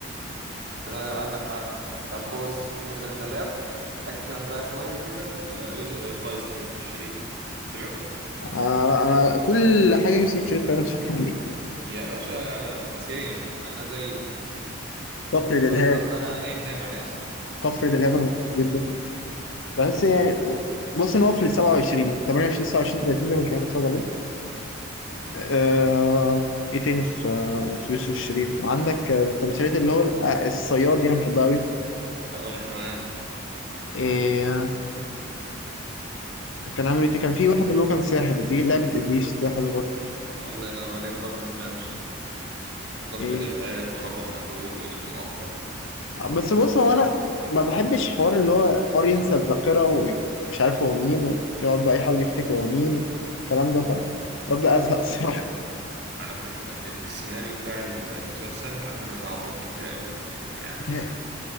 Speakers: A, on the right (about 50°); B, on the left (about 70°).
A: تمام عندك حق طب بص مسلسلات اكشن بقى شويه كده ال- يوس- القيصر يوسف الشريف سمعته
B: انا أنا كل حاجه يوسف شريف تقريبا اتفرجت عليها
A: يا باشا سيم انا زيك
B: كفر دلهاب
A: قيصر ده انا قايم نايم عليه اصلا
B: كفر دلهاب انا بحبه جدا بس يعني بص ان هو في ال 27 28 29 30 ده مش بحب اتفرج عليه آه، ايه تاني في في يوسف الشريف عندك آه، تمثيلات اللي هو آه، الصياد دي انا بحبها
A: أه، وانا كمان
B: قوي كان عامل ايه تاني؟ كان في واحد اللي هو كان ساحر دي لعبة ابليس ده حلو برضه
A: الله ينور عليك برضه سمعته وكفر
B: ايه
A: دلهاب ورقم مجهول واسم مؤقت
B: بس بص هو انا ما بحبش حوار اللي هو حوار ينسى الذاكرة ومش عارف هو مين ويقعد بقى يحاول يفتكر هو مين الكلام ده بقى ببدأ ازهق الصراحة
A: على فكرة ال- السيناريو بتاع ال- المسلسل على فكرة فيه عضات كتيرة قوي يعني
B: <laughs>